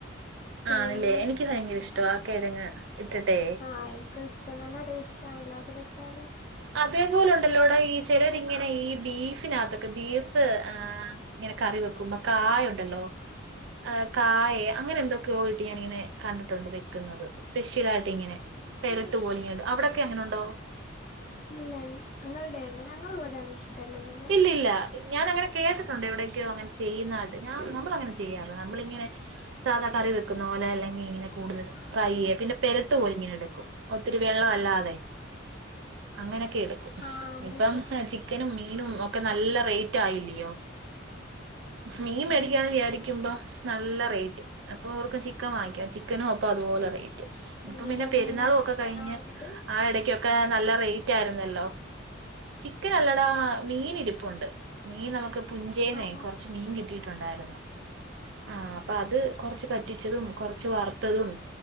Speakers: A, on the left (about 35°); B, on the right (about 65°).
A: കെയങ്ങ്
B: ആണല്ലേ എനിക്ക് ഭയങ്കര ഇഷ്ടവാ
A: ആഹ്
B: കിഴങ്ങ് ഇട്ടിട്ടെ
A: ആഹ് ഇൻക്കും ഇഷ് റ്റാ നല്ല ടേസ്റ്റ് ആണല്ലോ അതില് ഇട്ടാല്
B: അതേപോലെ ണ്ടല്ലോടാ ഈ ചെലൊരിങ്ങനെ ഈ ബീഫിനാത്തെക്കെ ബീഫ് ആഹ് ഇങ്ങനെ കറി വെക്കുമ്പം കായണ്ടോല്ലോ ആഹ് കായെ അങ്ങനെ എന്തൊക്കെയോയിട്ട് ഞാനിങ്ങനെ കൺണ്ട്ട്ടുണ്ട് വെയ്ക്ക്ന്നത് സ്പെഷ്യലായിട്ട് ഇങ്ങനെ
A: അത്
B: പെരട്ടു പോലെ ഇങ്ങനെ അവിടൊക്കെ അങ്ങനെ ഉണ്ടോ
A: ഇല്ലൽ ങ്ങൾടെണ്ടോ ഞങ്ങള് വടെ ടല്ലൊന്നും ല്ലാ
B: ഇല്ലാ ഞാന അങ്ങനെ കേട്ട്ട്ടൊണ്ട് എവിടേക്കെയോ അങ്ങൻ ചെയ്യുന്നായിട്ട് ഞാൻ നമ്മളങ്ങനെ ചെയ്യാർല്ലാ നമ്മളിങ്ങനെ സാധാ കറി വെക്ക്ന്ന പോലെ അല്ലെങ്കീ ഇങ്ങിനെ കൂടുതലും
A: ആഹ്
B: ഫ്രൈയ്യാ പിന്നെ പെരട്ട് പൊലിങ്ങനെ എടുക്കും ഒത്തിരി വെള്ളം അല്ലാതെ അങ്ങനെയെക്കെ എടുക്കും
A: ആഹ്
B: ഇപ്പം
A: കൃത്യമായി
B: ഹ് ചിക്ക ക്കനും മീനും ഒക്കെ നല്ല റേറ്റ് ആയില്ലിയോ
A: ആഹ്
B: മീൻ
A: അതന്നെ
B: മേടികിയാന്ന് വിയാര് ക്കുംമ്പം നല്ല റേറ്റ് അപ്പോർക്കും ചിക്കൻ വാങ്ങിക്കാ ചിക്കനും അപ്പ അതുപോലെ റേറ്റ് ഇപ്പം
A: ഇന്നെന്താ
B: പിന്നെ പെര്ന്നാളും
A: മീനാ
B: ഒക്കെ
A: ചിക്കനാ
B: കഴിഞ്ഞ്
A: വാങ്ങിയത്
B: ആ എടക്കാ ഒക്ക നല്ല റേറ്റ് ആയ്രുന്നല്ലോ ചിക്കന് അല്ലടാ മീനിരിപ്പുണ്ട് മീൻ നമക്ക് പുംഞ്ചേന്നെ
A: ആഹ്
B: കൊർച്ച് മീൻ കിട്ടീട്ടുണ്ടായിരുന്നു ആഹ് അപ്പാ അത് കൊറച്ച് വറ്റിച്ചതും കൊർച്ച് വർത്തതും